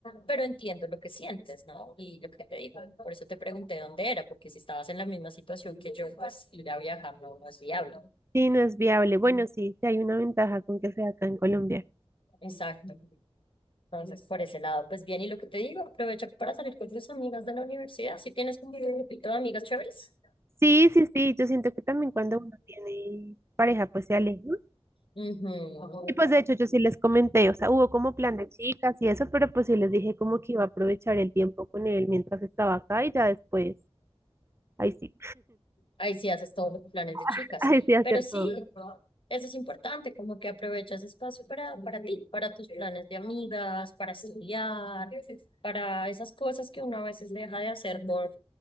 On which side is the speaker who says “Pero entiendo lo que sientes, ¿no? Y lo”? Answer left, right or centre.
Left